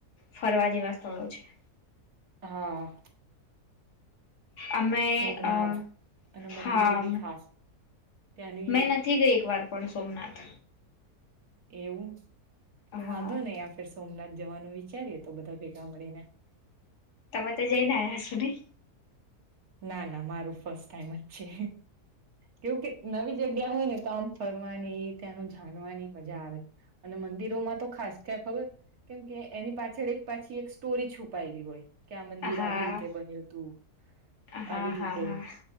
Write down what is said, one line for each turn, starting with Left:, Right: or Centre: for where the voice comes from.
Left: ફરવા જેવા સ્થળો છે.
Right: હા.
Left: અમે
Right: સોમનાથ
Left: અ
Right: અને મંદિરો
Left: હા
Right: બી ખાસ ત્યાંની
Left: મેં નથી ગઈ એક વાર પણ સોમનાથ.
Right: એવું. તો
Left: હા
Right: વાંધો નહી યા સોમનાથ જવાનું વિચારીએ તો બધા ભેગા મળીને.
Left: તમે તો જઈને આવ્યા સો નઈ.
Right: ના ના મારું ફર્સ્ટ ટાઈમ જ છે, કેવું કે નવી જગ્યા હોય ને તો આમ ફરવાની ત્યાંનું જાણવાની મજા આવે, અને મંદિરોમાં તો ખાસ ક્યાં ખબર કેમ કે એની પાછળ એક પાછી એક સ્ટોરી છુપાયેલી હોય. કે આ મંદિર
Left: હા
Right: આવી રીતે બન્યું હતું.
Left: હા
Right: આવી રીતે
Left: હા હા.